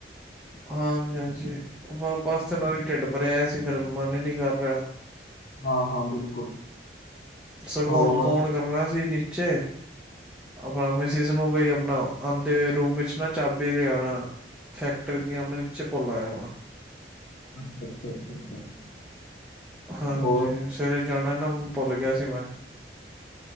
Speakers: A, in the centre; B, on the left.
A: ਹਾਂਜੀ ਹਾਂਜੀ, ਉਹ ਪਾਸਤਾ ਨਾਲ ਹੀ ਢਿੱਡ ਭਰਿਆ ਸੀ ਫਿਰ ਮਨ ਹੀ ਨੀਂ ਕਰ ਰਿਹਾ।
B: ਹਾਂ ਹਾਂ ਬਿਲਕੁਲ।
A: ਸਗੌਂ
B: ਹੋਰ
A: ਹੁਣ ਫੋਨ ਕਰਨਾ ਸੀ ਨੀਚੇ ਆਪਣਾ ਮਿ ਸਸ ਨੂੰ ਬ ਆਪਣਾ ਆਦੇ ਹੋਏ, ਰੂਮ ਵਿੱਚ ਨਾ ਚਾਬੀ ਲੈ ਆਣਾ ਫੈਕਟਰੀ ਦੀਆਂ ਮੈਂ ਨੀਚੇ ਭੁੱਲ ਆਇਆ ਵਾਂ
B: ਅੱਛਾ ਅੱਛਾ ਅੱਛਾ ਅੱਛਾ।
A: ਹਾਂਜੀ
B: ਹੋਰ
A: ਸਵੇਰੇ ਜਾਣਾ ਨਾਂ ਭੁੱਲ ਗਿਆ ਸੀ ਮੈਂ।